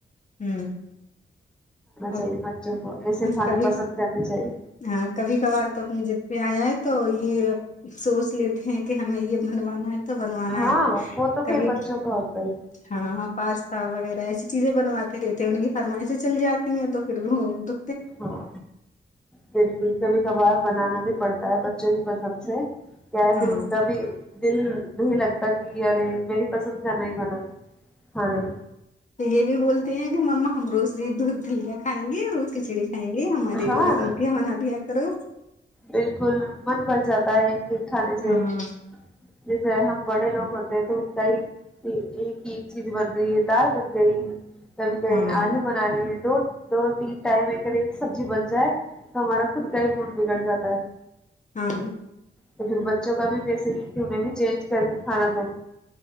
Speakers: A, on the left; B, in the centre.
A: ہاں اور
B: چاہیے بچوں کو ایسے کھانے
A: کبھی
B: پسند کرنے چاہیے
A: ہاں کبھی کبھار تو اپنی جد پہ آیا ہے تو یہ اب سوچ لیتے ہیں کہ ہمیں یہ بن با تو بنوانا
B: ہاں
A: ہے
B: وہ تو
A: کبھی
B: پھر بچوں کا ہوتا ہی
A: ہاں پاستا وغیرہ ای چیزیں بنوات رہتے ہیں ان کی فرمائیش چل جاتی س تو پھر بھی ہو تو
B: ہاں تلکل کا بھی کباب بنانا بھی پڑتا ہے بچوں ہی پسم سے یا ہے
A: ہاں
B: پھر ان کا بھی دل نہیں لگتا کہ یار میری پسند کا ہی بنا کھانا
A: تو یہ بھی بولتے ہیں کہ ما ہم روز دودھ دھلیا کھائیں گے روز کھچڑی کائیں گے ہماری
B: ہاں
A: بھی پسندگیاں بنا دیا کرو
B: بالکل من بل جاتا <inaudible> اھا سے
A: ہاں
B: ج ہم بڑے لوگ ہوتے ہیں تو ان کا ہی ایک ہی ایک چیز بن گئی ہے دال بن گئی کبھی کیں
A: ہاں
B: آلو بنا لیے دو دو تین ٹائم اگر ایک سبزی بن جائے تو ہمارا خود کا ہی موڈ بگڑ ج جد ہے
A: ہاں
B: تو پھر بچوں کا بھی وسے ہی کہ انہیں بھی چینج کر کے کھانا دو